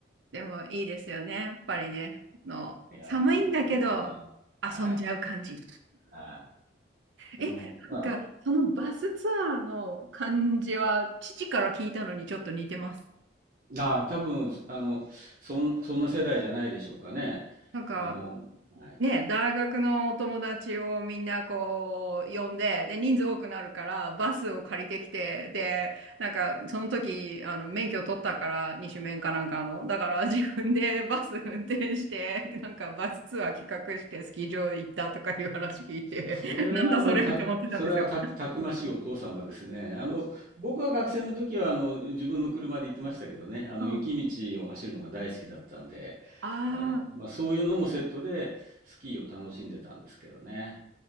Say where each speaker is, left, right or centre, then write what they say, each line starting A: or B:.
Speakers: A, on the right (about 80°); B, on the right (about 45°).
A: でもいいですよね。やっぱりね、あの、
B: いやー、
A: 寒いんだけど遊んじゃう感じ。
B: 本当に、はい、はい。
A: え、
B: あの、
A: なんか、
B: まあ、
A: そのバスツアーの感じは、父から聞いたのにちょっと似てます。
B: あー、多分、あの、そん、そんな世代じゃないでしょうかね。
A: なんか、
B: あの、はい。
A: ね、大学のお友達をみんなこう、呼んで、で、人数多くなるから、バスを借りてきて、で、なんか、その時、あの、免許取ったから、二種免かなんかの。だから、自分でバス運転して、なんか、バスツアー企画して、スキー場行ったとかいう話聞いて、
B: それは、
A: <laughs> なんだそれって思ってたんですよ。
B: あの、た、それはた、たくましいお父様ですね。あの、僕が学生の時は、あの、自分の車で行ってましたけどね、あの、
A: うん。
B: 雪道を走るのが大好きだったんで、
A: ああ。
B: あの、まあ、そういうのもセットでスキーを楽しんでたんですけどね。